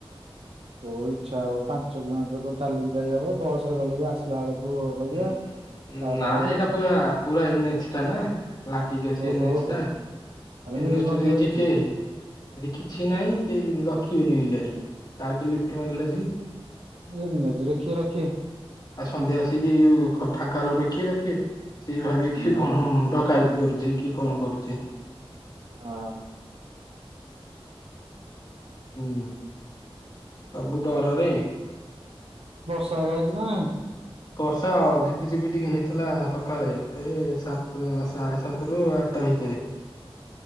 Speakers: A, on the right; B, on the left.
A: ହଉ ଇଚ୍ଛା ହଉ ପାଞ୍ଚ କିଲୋମିଟର ଚାଲିକି ଯାଇ ହବ ବସ ରେ ଗଲେ ବି ଆସିଲା ବେଳକୁ ଅବାଗିଆ
B: ହଁ
A: ତାପରେ
B: ନାଁ ଏଇଟା ପୁରା ପୁରା ଏା ନା ଲାଗିଗଛି
A: ଓହୋ
B: ଏନସ୍
A: ହୋ
B: ଟା
A: ତାହେଲେ
B: ଏନସ୍
A: ମିଳୁନଥିବ
B: ଟା
A: କିଛି
B: ଠିକ କିଛି ନହିଁ କେହି ରଖିବେନି ଏ ଗାଡି କାହାକୁ ଲିଫଟ ମାଗିଲା ଆସ
A: ଏଇ ନିଜରେ କିଏ ରଖେ
B: ଆଉ ସନ୍ଧ୍ୟା ଆସିକି ଫାଙ୍କ ଡକିଏ ରଖେ ସିଏ ଭାବ କି
A: ମା
B: କଣ ଡକାୟତି କରୁଛି କି କଣ କରୁଛି
A: ଆ
B: ହୁଁ ସବୁ ଡରରେ
A: ଷ କାଜ ନାହିଁ
B: ବର୍ଷା ଝିପି ଝିପି ଟିକେ ହେଇଥିଲା ସକାଳେ ଏ ସାତ ସାଢେ ସାତ ରୁ ଆଠ ଭିତରେ